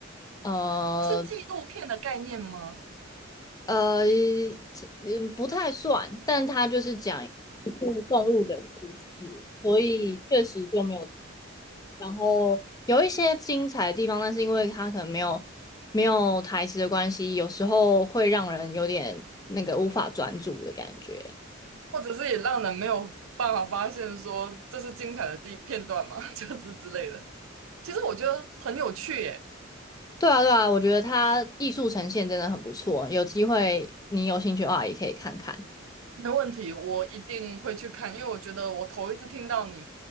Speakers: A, on the left (about 20°); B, on the right (about 85°).
A: 呃
B: 是纪录片的概念吗？
A: 呃，嗯，不太算，但它就是讲一部动物的故事，所以确实就没有。然后有一些精彩的地方，但是因为它可能没有没有台词的关系，有时候会让人有点那个无法专注的感觉。
B: 或者是也让人没有办法发现说这是精彩的地片段嘛，<laughs> 就是之类的。其实我觉得很有趣耶，
A: 对啊，对啊，我觉得它艺术呈现真的很不错，有机会你有兴趣的话也可以看看。
B: 没问题，我一定会去看，因为我觉得我头一次听到你，